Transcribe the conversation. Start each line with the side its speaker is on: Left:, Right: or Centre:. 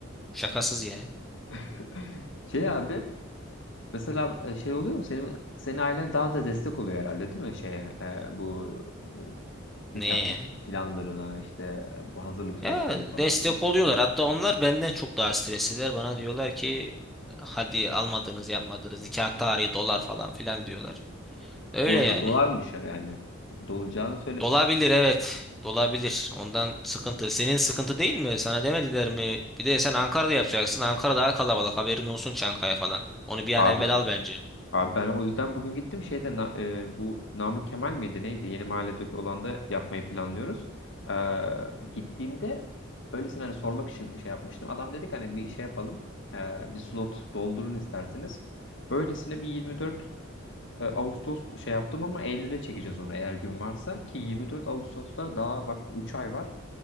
Centre: Şakasız yani.
Left: <laughs> Şey abi mesela e, şey oluyor mu? Senin senin ailen daha da destek oluyor herhalde değil mi şeye e, bu e, nikah
Centre: Neye ya?
Left: planlarına işte bu hazırlık süreçlerine
Centre: Ya
Left: falan
Centre: destek
Left: filan.
Centre: oluyorlar. Hatta onlar benden çok daha stresliler. Bana diyorlar ki hadi almadınız yapmadınız nikah tarihi dolar falan filan diyorlar. Öyle
Left: Bu arada
Centre: yani.
Left: dolarmış ya yani. Dolacağını söyle
Centre: Dolabilir evet. Dolabilir. Ondan sıkıntı. Senin sıkıntı değil mi? Sana demediler mi? Bir de sen Ankara'da yapacaksın. Ankara daha kalabalık. Haberin olsun Çankaya falan. Onu bir an
Left: abi
Centre: evvel al bence.
Left: Abi ben o yüzden bugün gittim şeyde na- e, bu Namık Kemal miydi neydi? Yeni mahalledeki olan da yapmayı planlıyoruz. Ee, gittiğimde öylesine hani sormak için şey yapmıştım. Adam dedik hani bir şey yapalım. Ee, bir slot doldurun isterseniz. Öylesine bir 24 e, Ağustos şey yaptım ama Eylül'e çekeceğiz onu eğer gün varsa. Ki 24 Ağustos'ta daha bak 3 ay var.